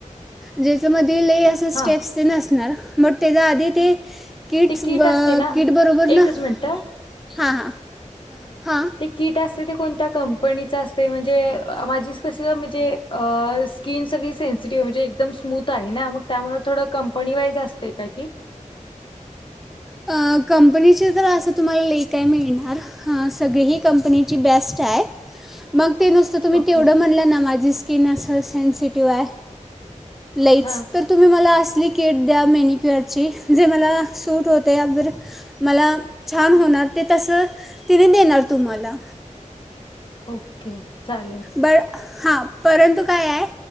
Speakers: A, in the centre; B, on the left.
A: ज्याच्यामध्ये लई - अशा
B: हा
A: स्टेप्स ते नसणार. बट त्याच्या आधी ते- किट्स.
B: ते किट
A: ब
B: असते ना
A: किटबरोबर
B: एकच
A: ना?
B: मिनिट
A: हां हां हां.
B: ते किट असते ते कोणत्या कंपनीचं असत? म्हणजे माझी कस म्हणजे अ? स्किन सगळी सेन्सिटिव्ह म्हणजे एकदम स्मूथ आहे ना, मग त्यामुळे थोडं कंपनी वाईज असते काय की.
A: आं. कंपनीची तर असं तुम्हाला नाही काही मिळणार. हां. सगळीही कंपनीची बेस्ट आहे. मग- ते नुसतं तुम्ही
B: ओके
A: तेवढं म्हणलं ना, माझी स्किन असं सेन्सिटिव्ह आहे. लईच,
B: हा
A: तर तुम्ही मला असली किट द्या मेनिक्युअरची जे मला सूट होत- त्यावर. मला छान होणार ते तसं त्यानी देणार तूम्हाला.
B: ओके. चालेल.
A: बरं. हां. परंतु काय आहे